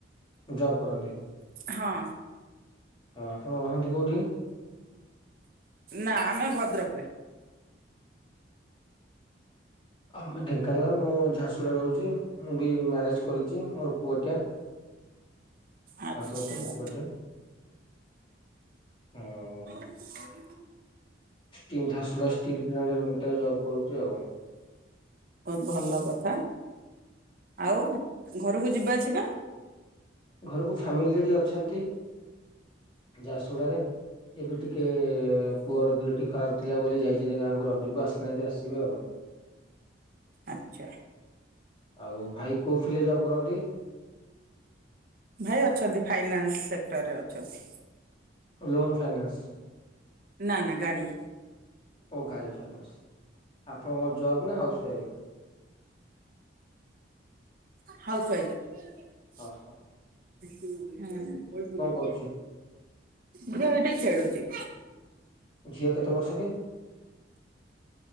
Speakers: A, on the left (about 25°); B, on the right (about 45°).
A: ଜବ୍ କରନ୍ତି ଆଉ
B: ହଁ
A: ଆପଣ ରହନ୍ତି କଉଠି?
B: ନା ଆମେ ଭଦ୍ରକରେ।
A: ଆମେ ଢେଙ୍କାନାଳ ମୁଁ ଝାରସୁଗୁଡ଼ା ରେ ରହୁଛି। ମୁଁ ବି ମ୍ୟାରେଜ କରିଛି ମୋର ପୁଅଟେ
B: ଆଚ୍ଛା
A: ପାଞ୍ଚ ବର୍ଷର
B: ବହୁତ
A: ପୁଅଟିଏ। ହଁ।
B: <inaudible>
A: କେଉଁ ଝାରସୁଗୁଡା ଷ୍ଟିଲ୍ ପ୍ଲାଣ୍ଟରେ ମୁଗୋଟେ ଜବ କରୁଛି ଆଉ।
B: ବହୁତ ଭଲ କଥା ଆଉ ଘରକୁ ଯିବା ଅସିବା?
A: ଘରକୁ ଫ୍ୟାମିଲିସେଠୀ ଅଛନ୍ତି ଝାରସୁଡ଼ାରେ। ଏବେ ଟିକେ ପୁଅର ଦେହ ଟି ଖରାପ ଥିଲା ବୋଲି ଯାଇଛନ୍ତି ଗାଁକୁ ରଜକୁ ଆସିନାହାନ୍ତି ଆସିବେ ଆଉ।
B: ଆଚା।
A: ଆଉ ଭାଇ କୋଉ ଫିଲ୍ରେ ଜବ୍ କରନ୍ତି?
B: ଭାଇ ଅଛନ୍ତି ଫାଇନାନ୍ସ ସେକ୍ଟରରେ ଅଛନ୍ତି।
A: Loan finance.
B: ନା ନା ଗାଡ଼ି।
A: ଓ ଗାଡ଼ି ଫାଇନାନ୍ସ ଆପଣଙ୍କ ଜବ୍ ନା ହାଉସ୍ ୱାଇଫ୍?
B: House wife. <inaudible>
A: ଅ ହଁ।
B: ହଁ <inaudible>
A: କରୁଛି
B: ଝିଅ ହେଟି ଖେଳୁଛି।
A: ଝିଅ କେତେ ବର୍ଷ କି?